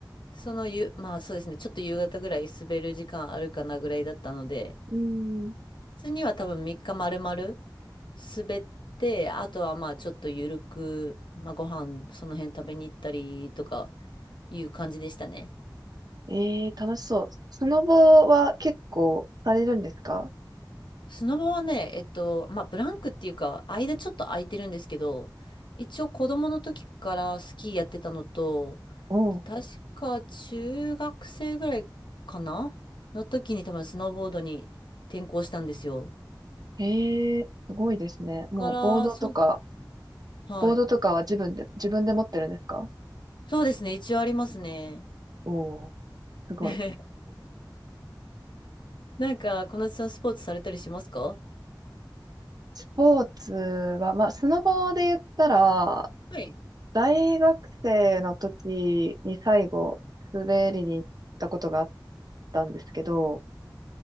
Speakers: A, on the left; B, on the right.
A: そのゆ、まあそうですね、ちょっと夕方ぐらい滑る時間あるかなぐらいだったので、
B: うん。
A: 普通には多分3日丸々滑って、あとはまあちょっとゆるく、まあ、ご飯その辺食べに行ったりとかいう感じでしたね。
B: ええ楽しそう。スノボは結構されるんですか
A: スノボはね、えっと、まあブランクっていうか、間ちょっと空いてるんですけど、一応子供の時からスキーやってたのと、
B: おう。
A: で確か中学生ぐらいかなの時に多分スノーボードに転向したんですよ。だ
B: ええすごいですね。もうボードとか、
A: から、そう、はい。
B: ボードとかは自分で、自分で持ってるんですか
A: そうですね、一応ありますね。
B: おおう。すごい。
A: <laughs> なんか、小夏さんスポーツされたりしますか
B: スポーツは、まあ、スノボで言ったら、
A: はい。
B: 大学生の時に最後、滑りに行ったことがあったんですけど、